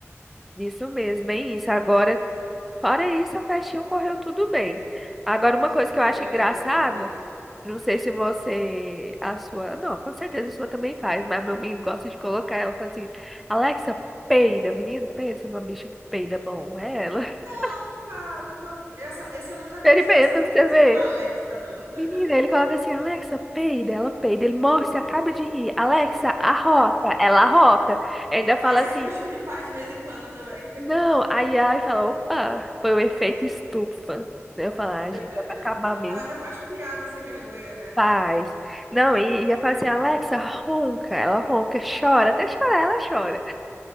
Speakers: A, in the centre; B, on the right.
A: isso mesmo, bem isso. Agora, fora isso, a festinha correu tudo bem. Agora, uma coisa que
B: Tudo
A: eu acho
B: bem,
A: engraçada
B: graças a Deus.
A: Não sei se você, a sua, não, com certeza a sua também faz, mas meu menino gosta de colocar ela, fala assim, Alexa, peida, menino, pensa numa bicha que peida bom, é ela. <laughs>
B: Eu nunca, nunca, essa, essa eu nunca testei
A: Experimenta
B: essa função
A: pra você ver.
B: da Alexa, não. <laughs>
A: Menina, ele coloca assim, Alexa, peida, ela peida, ele morre, você acaba de rir, Alexa, arrota, ela arrota. Ainda fala
B: Aí sai
A: assim,
B: meus filhos faz de vez em quando também.
A: não, aí ela fala, opa, foi o efeito estufa. Eu falo, ah, gente,
B: <laughs>
A: é pra acabar mesmo.
B: Ela ainda faz piada sem vergonha, né?
A: Faz.
B: <laughs>
A: Não, e, e eu falo assim, Alexa, ronca, ela ronca, chora, até chorar, ela chora.